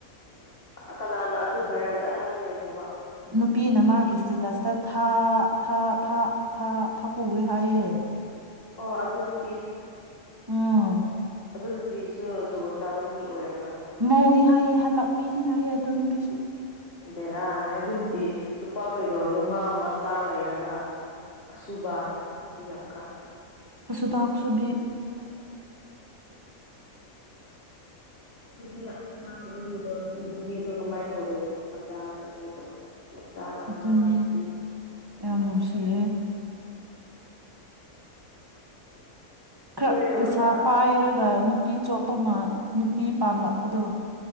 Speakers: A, on the left; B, on the right.
A: ꯑ ꯀꯅꯥꯅ ꯑꯗꯨ ꯚꯔꯦꯜ ꯆꯠꯍꯜꯂꯤꯕꯅꯣꯕ
B: ꯅꯨꯄꯤꯅ
A: ꯑꯗꯨ
B: ꯃꯥꯒꯤ ꯏꯁꯇꯦꯇꯁꯇ ꯊꯥ ꯊꯥ ꯊꯥ ꯊꯥ ꯊꯥꯛ ꯀꯧꯦ ꯍꯥꯏꯌꯦꯦ
A: ꯑꯣ ꯑꯗꯨ ꯑꯗꯨꯅ
B: ꯑꯝ
A: ꯑꯗꯨ ꯅꯨꯄꯤꯁꯨ ꯖꯒꯣꯠ ꯆꯥꯕ ꯃꯤ ꯑꯣꯏꯔꯝ
B: ꯃꯧꯅꯤ ꯍꯥꯏꯌꯦ ꯍꯜꯂꯛꯄꯤꯅꯤ ꯍꯥꯏꯌꯦ ꯑꯗꯨ ꯅꯨꯄꯤꯁꯨ
A: ꯕꯔꯥꯅꯦ ꯑꯗꯨ ꯅꯨꯄꯤꯤ ꯅꯨꯄꯥ ꯀꯩ ꯀꯗꯧꯔꯒ ꯃꯥ ꯃꯆꯥ ꯂꯩꯔꯒ ꯑꯁꯨꯕ ꯌꯥꯝ ꯀꯥꯏ
B: ꯁꯕꯥꯥꯛ ꯁꯕꯤ
A: ꯑꯗꯨꯗꯤ ꯑꯒꯤ ꯅꯨꯄꯤꯗꯣ ꯀꯃꯥꯏꯅ ꯇꯧꯗꯣꯏꯅꯣ ꯃꯆꯥ ꯑꯅꯤꯗꯣ ꯃꯠꯇꯒꯝꯃꯁꯤꯗ
B: ꯑꯗꯨꯅꯦ ꯌꯥꯝ ꯅꯨꯡꯁꯤꯌꯦ ꯈ
A: ꯀꯨꯏꯔꯕꯖꯥꯠꯅꯤ
B: ꯄꯩꯁꯥ ꯄꯥꯏꯔꯒ ꯅꯨ ꯅꯨꯄꯤ ꯆꯣꯞꯄ ꯑꯃ ꯅꯨꯄꯤ ꯄꯥꯝꯂꯛꯄꯗꯣ